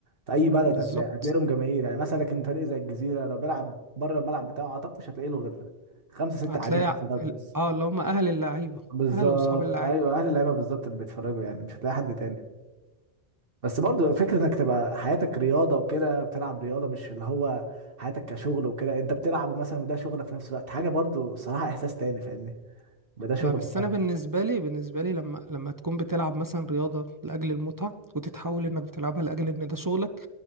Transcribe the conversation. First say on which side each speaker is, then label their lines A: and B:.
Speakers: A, on the right; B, on the right.
A: في اي بلد
B: بالظبط
A: هتلاقي هتلاقي لهم جماهير يعني مثلا لكن فريق زي الجزيره لو بيلعب بره الملعب بتاعه اعتقد مش هتلاقي له غير خمسه سته
B: هتلاقي
A: قاعدين بيتفرجوا
B: ع- ال-
A: بس
B: اه اللي هم اهل اللعيبة
A: بالظبط
B: اهل واصحاب اللعيبة
A: ايوه اهل اللعيبه بالظبط اللي بيتفرجوا يعني مش هتلاقي حد تاني بس برضو فكره انك تبقى حياتك رياضه وكده بتلعب رياضه مش اللي هو حياتك كشغل وكده انت بتلعب مثلا وده شغلك في نفس الوقت حاجه برضو صراحه احساس تاني فاهمني يبقى ده شغلك
B: لا بس انا
A: يعني
B: بالنسبه لي بالنسبه لي لما لما تكون بتلعب مثلا رياضه لاجل المتعه وتتحول انك بتلعبها لاجل ان ده شغلك